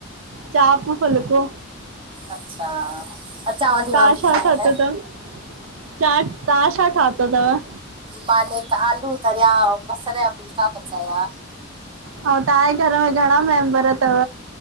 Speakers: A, on the right; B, on the right.
A: चापूं फुलिको,
B: अच्छा अचांव थी
A: तव्हां
B: मां बि
A: छा
B: खाइण।
A: ठातो तव? चाट, तव्हां छा ठातो तव?
B: मां नेक आलू तरिया, बसर जा फुलका पचाया।
A: अऊं तव्हांजे घर में घणा मेंबर तव?